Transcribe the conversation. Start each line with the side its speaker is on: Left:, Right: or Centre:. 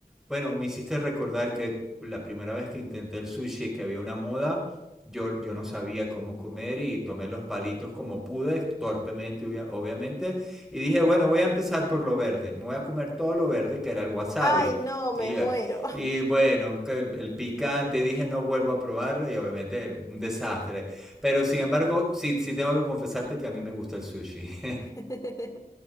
Centre: Bueno, me hiciste recordar que la primera vez que intenté el sushi, que había una moda, yo, yo no sabía cómo comer y tomé los palitos como pude, torpemente, obvia- obviamente, y dije, bueno, voy a empezar por lo verde, me voy a comer todo lo verde, que era el wasabi.
Left: Ay, no, me
Centre: Y,
Left: muero.
Centre: eh, y bueno, que el, el picante, dije, no vuelvo a probarlo y obviamente un desastre. Pero sin embargo, sí, sí tengo que confesarte que a mí me gusta el sushi. <laughs>
Left: <laughs>